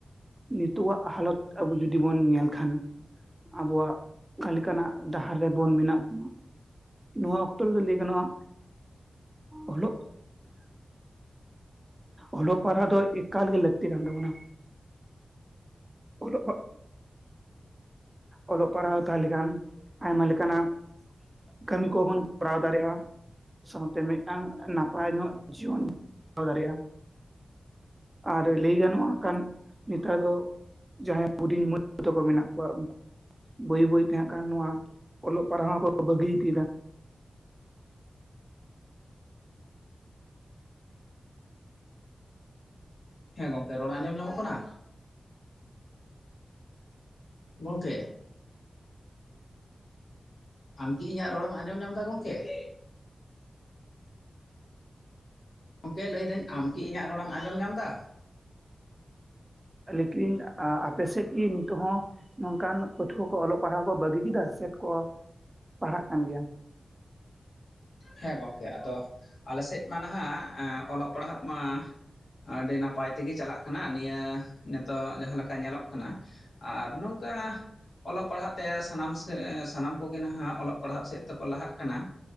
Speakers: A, on the right; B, on the left.
A: ᱱᱤᱛᱚᱜᱼᱟ ᱦᱟᱞᱚᱛ ᱟᱵᱚ ᱡᱩᱫᱤ ᱵᱩᱱ ᱧᱮᱞ ᱠᱷᱟᱱ ᱾ ᱟᱵᱚᱣᱟᱜ ᱚᱠᱟ ᱞᱮᱠᱟᱱᱟᱜ ᱰᱟᱦᱟᱨ ᱨᱮᱵᱩᱱ ᱢᱮᱱᱟᱜ ᱵᱚᱱᱟ? ᱱᱚᱣᱟ ᱚᱠᱛᱚ ᱨᱮᱫᱚ ᱞᱟᱹᱭ ᱜᱟᱱᱚᱜᱼᱟ᱾ ᱚᱞᱚᱜ ᱚᱞᱚᱜ ᱯᱟᱨᱦᱟᱜ ᱫᱚ ᱮᱠᱟᱞ ᱜᱮ ᱞᱟᱹᱠᱛᱤ ᱠᱟᱱ ᱛᱟᱵᱚᱱᱟ᱾ ᱚᱞᱚᱜ ᱯᱟᱲᱼᱼ ᱚᱞᱚᱜ ᱯᱟᱲᱦᱟᱣ ᱦᱟᱛᱟᱣ ᱞᱮᱠᱷᱟᱱ ᱟᱭᱢᱟ ᱞᱮᱠᱟᱱᱟᱜ ᱠᱟᱹᱢᱤ ᱠᱚᱦᱚᱵᱚᱱ ᱠᱚᱨᱟᱣ ᱫᱟᱲᱮᱜᱼᱟ᱾ ᱥᱟᱶᱛᱮ ᱢᱤᱫᱴᱟᱝ ᱱᱟᱯᱟᱭ ᱧᱚᱜ ᱡᱤᱭᱚᱱ <unintelligible> ᱫᱟᱲᱮᱜᱼᱟ᱾ ᱟᱨ ᱞᱟᱹᱭ ᱜᱟᱱᱚᱜᱼᱟ ᱚᱝᱠᱟᱱ ᱱᱮᱛᱟᱨ ᱫᱚ ᱡᱟᱦᱟᱸᱭ ᱦᱩᱰᱤᱧ ᱢᱟᱹᱭ ᱛᱟ ᱠᱚ ᱢᱮᱱᱟᱜ ᱠᱩᱣᱟ᱾ <unintelligible> ᱵᱟᱹᱭ ᱵᱟᱹᱭ ᱛᱮᱦᱟᱸᱜ ᱠᱷᱟᱱ ᱱᱚᱣᱟ ᱚᱞᱚᱜ ᱯᱟᱲᱦᱟᱣ ᱠᱚ ᱵᱟᱹᱜᱤ ᱤᱫᱤᱭᱮᱫᱟ᱾
B: ᱦᱮᱸ ᱜᱚᱝᱠᱮ ᱨᱚᱲ ᱟᱸᱡᱚᱢ ᱧᱟᱢᱚᱜ ᱠᱟᱱᱟ? ᱜᱚᱝᱠᱮ! ᱟᱢᱠᱤ ᱤᱧᱟᱹᱜ ᱨᱚᱲᱮᱢ ᱟᱸᱡᱚᱢ ᱧᱟᱢ ᱫᱟ ᱜᱚᱝᱠᱮ? <inaudible> ᱜᱚᱝᱠᱮ ᱞᱟᱹᱭᱮᱴ ᱫᱟᱹᱧ ᱟᱢ ᱠᱤ ᱤᱧᱟᱹᱜ ᱨᱚᱲ ᱮᱢ ᱟᱸᱡᱚᱢ ᱧᱟᱢ ᱫᱟ?
A: ᱞᱮᱠᱤᱱ ᱟᱯᱮᱥᱮᱫ ᱠᱤ ᱱᱤᱛᱚᱜ ᱦᱚᱸ ᱱᱚᱝᱠᱟᱱ ᱯᱟᱹᱴᱷᱩᱣᱟᱹ ᱠᱚ ᱚᱞᱚᱜ ᱯᱟᱲᱦᱟᱣ ᱠᱚ ᱵᱟᱹᱜᱤ ᱠᱮᱫᱟ ᱥᱮᱠᱚ ᱯᱟᱲᱦᱟᱜ ᱠᱟᱱ ᱜᱮᱭᱟ?
B: ᱦᱮᱸ ᱜᱚᱝᱠᱮ ᱟᱫᱚ ᱟᱞᱮ ᱥᱮᱡ ᱢᱟ ᱱᱟᱦᱟᱜ ᱚᱞᱚᱜ ᱯᱟᱲᱦᱟᱜ ᱢᱟ ᱟᱹᱰᱤ ᱱᱟᱯᱟᱭ ᱛᱮᱜᱮ ᱪᱟᱞᱟᱜ ᱠᱟᱱᱟ, ᱱᱤᱭᱟᱹ ᱱᱤᱛᱚᱜ ᱡᱟᱦᱟᱸ ᱞᱮᱠᱟ ᱧᱮᱞᱚᱜ ᱠᱟᱱᱟ᱾ ᱟᱨ ᱱᱚᱝᱠᱟ ᱚᱞᱚᱜ ᱯᱟᱲᱦᱟᱜ ᱛᱮ ᱥᱟᱱᱟᱢ ᱥᱮᱜ ᱥᱟᱱᱟᱢ ᱠᱚᱜᱮ ᱱᱟᱦᱟᱜ ᱚᱞᱚᱜ ᱯᱟᱲᱦᱟᱜ ᱥᱮᱫ ᱛᱮᱠᱚ ᱞᱟᱦᱟᱜ ᱠᱟᱱᱟ᱾